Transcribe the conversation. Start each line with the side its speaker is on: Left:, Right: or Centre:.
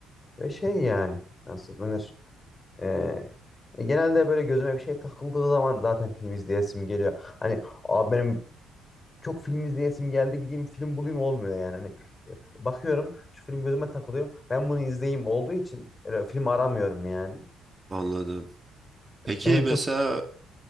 Left: Ve şey yani nasıl denir? Ee, genelde böyle gözüme bir şey takıldığı zaman zaten film izleyesim geliyor. Hani abi benim çok film izleyesim geldi gideyim film bulayım olmuyor yani. Hani e, bakıyorum şu film gözüme takılıyor. Ben bunu izleyeyim olduğu için öyle film aramıyorum yani.
Right: Anladım. Peki
Left: Benim
Right: mesela
Left: çok